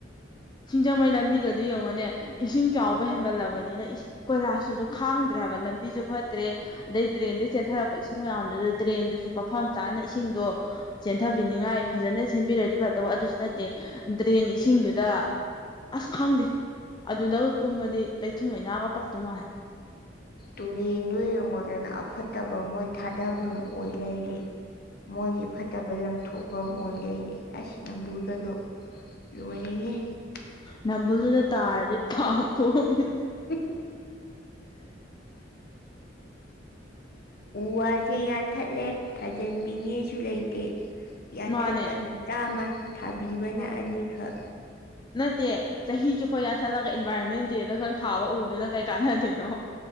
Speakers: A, on the left; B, on the left.
A: ꯁꯤꯡꯖꯃꯩ ꯂꯝꯕꯤꯒꯗꯤ ꯌꯦꯡꯉꯅꯦ ꯏꯁꯤꯡ ꯆꯥꯎꯕ ꯍꯦꯟꯃꯜꯂꯕꯅꯤꯅ ꯏ ꯀꯣꯏꯂꯥꯁꯁꯤꯁꯨ ꯈꯥꯡꯗ꯭ꯔꯦꯕ ꯍꯥꯏꯕ ꯂꯝꯕꯤꯁꯨ ꯐꯠꯇ꯭ꯔꯦ ꯑꯗꯩ ꯇ꯭ꯔꯦꯟꯗꯩ ꯆꯦꯟꯊꯔꯛꯄ ꯏꯁꯤꯡ ꯃꯌꯥꯝꯗꯨꯁꯨ ꯇ꯭ꯔꯦꯟꯗꯨꯁꯨ ꯃꯐꯝ ꯆꯥꯅ ꯏꯁꯤꯡꯗꯣ ꯆꯦꯟꯊꯕꯤꯅꯤꯡꯉꯥꯏ ꯐꯖꯅ ꯁꯦꯝꯕꯤꯔꯗꯤ ꯐꯗꯧꯕ ꯑꯗꯨꯁꯨ ꯅꯠꯇꯦ ꯗ꯭ꯔꯦꯟ ꯏꯁꯤꯡꯗꯨꯗ ꯑꯁ ꯈꯪꯗꯦ ꯑꯗꯨꯗꯒ ꯀꯨꯝꯃꯗꯤ ꯂꯩꯊꯨꯡ ꯂꯩꯅꯥꯒ ꯄꯛꯇꯨ ꯃꯥꯜꯂꯦ
B: ꯇꯨꯔꯦꯟꯗꯨ ꯌꯦꯡꯉꯣꯗꯅ ꯑꯐꯠꯇꯕ ꯃꯣꯏ ꯊꯥꯗꯐꯝ ꯑꯣꯏ ꯂꯩꯔꯦ ꯃꯣꯏꯒꯤ ꯐꯠꯇꯕ ꯂꯪꯊꯣꯛꯐꯝ ꯑꯣꯏ ꯂꯩꯔꯦ ꯑꯁ ꯅꯝꯕꯨꯔꯒꯗꯣ ꯂꫭꯏꯔ°ꯍ°
A: ꯅꯝꯕꯜꯗꯨꯗ ꯇꯥꯔꯗꯤ ꯄꯥꯞꯀꯣꯛꯅꯤ
B: <inaudible> ꯎ ꯋꯥꯁꯦ ꯌꯥꯟꯊꯠꯂꯦ ꯊꯥꯖꯟꯕꯤꯅꯦꯁꯨ ꯂꯩꯇꯦ ꯌꯥꯟꯊꯠꯄꯅ
A: ꯃꯥꯅꯦ
B: ꯆꯥꯝꯃ ꯊꯥꯕꯤꯕꯅ
A: ꯃꯥ
B: ꯑꯅꯤꯈꯛ
A: ꯅꯠꯇꯦ ꯆꯍꯤ ꯆꯨꯞꯄ ꯌꯥꯟꯊꯠꯂꯒ ꯏꯟꯚꯥꯏꯔꯣꯟꯃꯦꯟ ꯗꯦꯗ ꯈꯛ ꯊꯥꯕ ꯎꯗꯨꯅ ꯀꯩ ꯀꯥꯟꯅꯗꯣꯏꯅꯣ